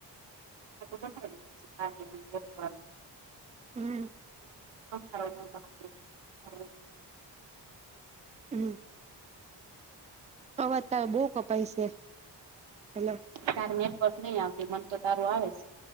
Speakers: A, on the right; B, on the right.
A: <unintelligible>
B: હમ
A: <unintelligible>
B: હમ હવા ત બહ કપાય છે હેલો.
A: તાર નેટવર્ક નહી આવતી મન તો તારું આવે છે.